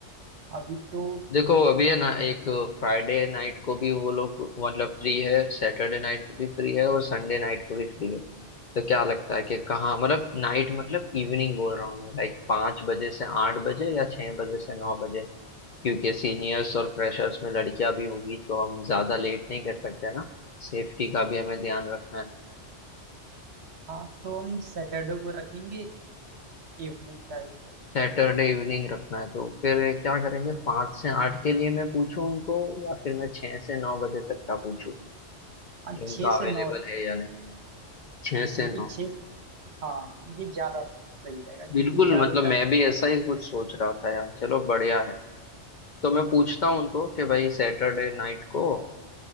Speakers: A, on the right; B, on the left.
A: अभी तो
B: देखो अभी है ना एक फ्राइडे नाइट को भी वो लोग मतलब फ्री है सैटरडे नाइट को भी फ्री है और संडे नाइट को भी फ्री है तो क्या लगता है कि कहाँ मतलब नाइट मतलब इवनिंग बोल रहा हूँ मैं लाइक पाँच बजे से आठ बजे या छह बजे से नौ बजे क्योंकि सीनियर्स और फ्रेशर्स में लड़कियां भी होगी तो हम ज्यादा लेट नहीं कर सकते ना सेफ्टी का भी हमें ध्यान रखना है
A: हाँ तो हम सैटरडे को रखेंगे इवनिंग टाइम
B: सैटरडे इवनिंग रखना है तो फिर क्या करेंगे पाँच से आठ के लिए मैं पूछूं उनको या फिर मैं छह से नौ बजे तक का पूछूं
A: हाँ
B: कि उनका
A: छः से
B: अवेलेबल
A: नौ
B: है या नहीं छह से
A: क्योंकि
B: नौ
A: छः हाँ ये ज्यादा सही रहेगा क्योंकि
B: बिल्कुल
A: ज्यादा
B: मतलब
A: टाइम
B: मैं भी ऐसा ही कुछ सोच रहा था यार चलो बढ़िया है तो मैं पूछता हूँ उनको कि भाई सैटरडे नाइट को